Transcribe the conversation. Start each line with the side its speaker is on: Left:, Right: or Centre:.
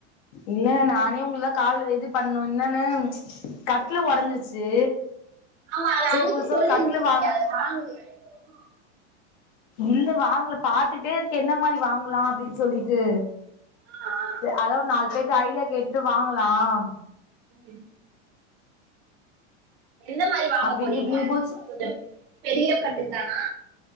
Left: இல்ல நானே உங்களதான் கால் இது பண்ணும் என்னன்னு கட்ல உடஞ்சிச்சு
Right: ஆமா அது
Left: சரி
Right: அன்னைக்கு
Left: புதுசா
Right: சொல்லிருந்தீங்களே
Left: கட்ல வாங்க
Right: அது வாங்கலையா இன்னு
Left: இல்ல வாங்கல பாாரத்துட்டே இருக்கேன் அதுக்கு என்ன மாதிரி வாங்கலாம் அப்படின்னு சொல்லிட்டு
Right: ஆ ஆ
Left: அத ஒரு நாலு பேர்ட ஐடியா கேட்டு வாங்கலாம்
Right: ம் எந்த மாதிரி வாங்க
Left: அப்டின்ட்டு
Right: போறீங்க
Left: இப்ப நீங்க புதுசு
Right: கொஞ்சம் பெரிய கட்டில் தான